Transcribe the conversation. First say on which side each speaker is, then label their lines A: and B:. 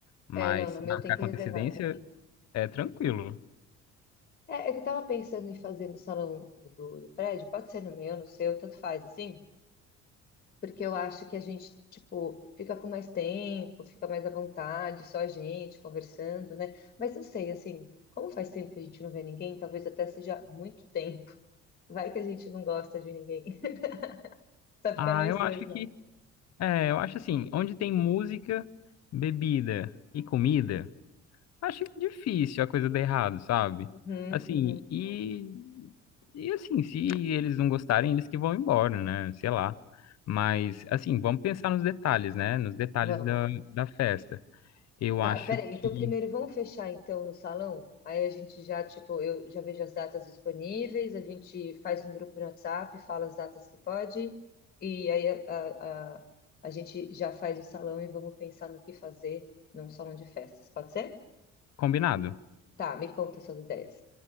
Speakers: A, on the left; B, on the left.
A: Mas
B: É, não, no
A: se
B: meu
A: marcar
B: tem que
A: com
B: reservar
A: antecedência,
B: também.
A: é tranquilo.
B: É, é que eu tava pensando em fazer no salão do, do prédio, pode ser no meu, no seu, tanto faz, assim, porque eu acho que a gente, tipo, fica com mais tempo, fica mais à vontade, só a gente conversando, né? Mas não sei, assim, como faz tempo que a gente não vê ninguém, talvez até seja muito tempo. Vai que a gente não gosta de ninguém, <laughs> só fica
A: Ah,
B: nós
A: eu
B: dois
A: acho
B: lá.
A: que. É, eu acho assim, onde tem música, bebida e comida. Acho difícil a coisa dar errado, sabe?
B: Uhum,
A: Assim,
B: uhum.
A: e, e assim, se eles não gostarem, eles que vão embora, né? Sei lá. Mas, assim, vamos pensar nos detalhes, né? Nos detalhes
B: Vamos.
A: da, da festa. Eu
B: Tá,
A: acho
B: peraí.
A: que.
B: Então, primeiro vamos fechar então no salão. Aí a gente já, tipo, eu já vejo as datas disponíveis, a gente faz um grupo no WhatsApp, fala as datas que pode, e aí a, a, a, a gente já faz o salão e vamos pensar no que fazer num salão de festas. Pode ser?
A: Combinado.
B: Tá, me conta suas ideias.